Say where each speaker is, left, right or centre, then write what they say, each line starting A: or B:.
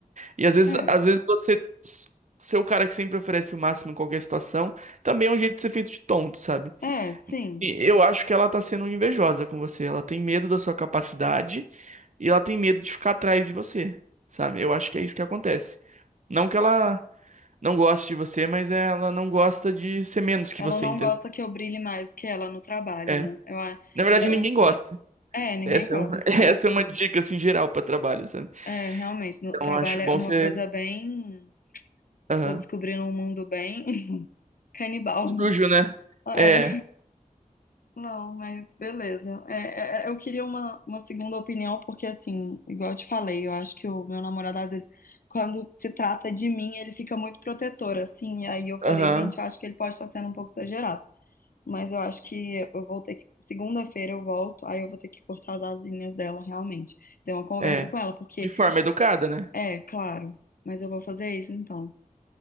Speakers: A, on the right; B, on the left.
A: E às vezes,
B: É,
A: às vezes você s- ser o cara que sempre oferece o máximo em qualquer situação, também é um jeito de ser feito de tonto, sabe?
B: é, sim.
A: E eu acho que ela tá sendo invejosa com você. Ela tem medo da sua capacidade e ela tem medo de ficar atrás de você, sabe? Eu acho que é isso que acontece. Não que ela não gosta de você, mas ela não gosta de ser menos que
B: Ela
A: você,
B: não
A: entende?
B: gosta que eu brilhe mais do que ela no trabalho,
A: É.
B: né? Eu, a-
A: Na verdade,
B: é
A: ninguém
B: assim.
A: gosta.
B: É, ninguém
A: Essa
B: gosta,
A: é uma, <laughs> essa
B: né?
A: é uma dica, assim, geral pra trabalho, sabe?
B: É, realmente, no
A: Então,
B: trabalho
A: eu acho
B: é
A: bom
B: uma
A: ser
B: coisa bem.
A: aham.
B: Tô descobrindo um mundo bem <laughs> canibal.
A: sujo, né?
B: É.
A: É,
B: Não, mas beleza. É, é, é, eu queria uma, uma segunda opinião, porque assim, igual eu te falei, eu acho que o meu namorado, às vezes, quando se trata de mim, ele fica muito protetor, assim. E aí eu falei,
A: aham,
B: gente, eu acho que ele pode estar sendo um pouco exagerado. Mas eu acho que eu vou ter que. Segunda-feira eu volto, aí eu vou ter que cortar as asinhas dela, realmente. Ter uma conversa
A: é.
B: com ela, porque,
A: De forma educada, né?
B: é, claro, mas eu vou fazer isso então.